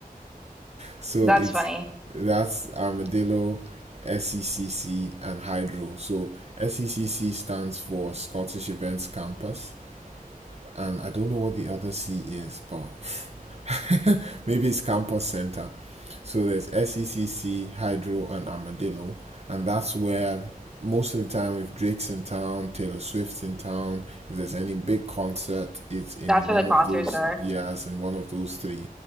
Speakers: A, on the right (about 45°); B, in the centre.
A: So
B: that's
A: it's
B: funny.
A: that's Armadillo, SECC and Hydro. So SECC stands for Scottish Events Campus and I don't know what the other C is, but <laughs> <sighs> maybe it's Campus Centre. So there's SECC, Hydro, and Armadillo, and that's where most of the time, if Drake's in town, Taylor Swift's in town, if there's any big concert, it's in
B: That's where
A: one
B: the concerts
A: of those
B: are.
A: years in one of those three.